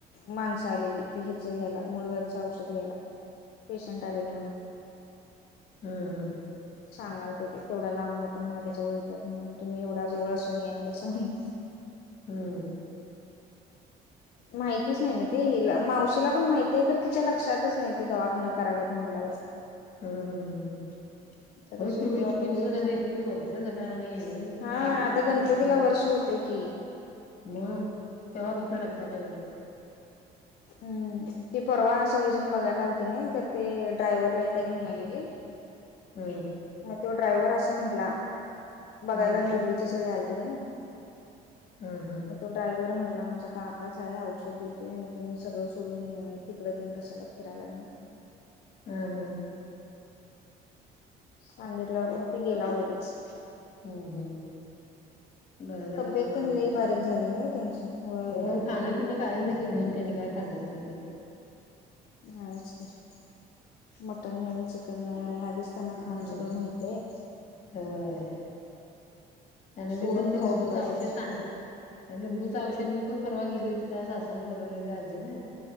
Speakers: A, on the left; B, on the left.
A: माणसं आलेली ती ह्याच घ्यायला मुळव्याच औषध घ्यायला पेशंट आलेला म्हणा.
B: हम् हम.
A: सांगल ते तेवढं लांबणं पण माझ्याजवळ येतात म्ह तुम्ही एवढा जवळ असून यायले सून.
B: हम्म.
A: माहितीच नाही नाही ते हि मावशीला पण माहिती आहे खर तिच्या लक्षातच नाही. दवाखा करायत म्हटल्यावर.
B: हं हं हं
A: त्या
B: होय
A: शेवटी
B: की हो, इतकी
A: ऑपरेशन
B: दिवस झाले
A: सांगित
B: इतकी वर्ष झालं आणि
A: हा
B: निर्लीला
A: आता
B: असून
A: गणपतीला
B: माहिती
A: वर्ष होते. ककी.
B: मग तेव्हापासून लगतातवी.
A: हम्म ती परवा सगळीजण बघायला आलती नाही तर ते ड्रायव्हरला एका घेऊन आलेले.
B: हम्म.
A: मग तो ड्रायव्हर असं म्हंटला
B: हम्म
A: बघायला
B: हम्म
A: निरलीचे सगळे आलेतील ना.
B: हम् हम्.
A: तो ड्रायव्हर म्हटला आमचा काकाच आहे औषध देतोय आणि तुम्ही सगळं सोडून तिकडं तन कसायला. फेर आलय.
B: हम हम.
A: सांगितल्यावर मग ते गेलाव लगेच
B: हम्म हम् बर झालं
A: तब्येत
B: बाई बर
A: तेन
B: होते
A: लई बारीक झाली नाही त्यांची होय
B: हो खाण पिण काहीच नाही की भेऊन त्यांनी काय खाल्लच नाही की ग
A: नाहीच मटन नाही चिकन नाही आणि आधीच त्यांना
B: हम्म
A: खाऊन
B: हम्
A: सगळं माहिती आहे
B: होय आणि मी
A: सोडून
B: पण ते
A: खाऊ
B: लिंबूच
A: बी वाटत
B: औषध
A: नाही
B: सांग लिंबूचं औषध मी पण परवा गेली होती तेव्हा सासूनं बोलवलेली आजी ना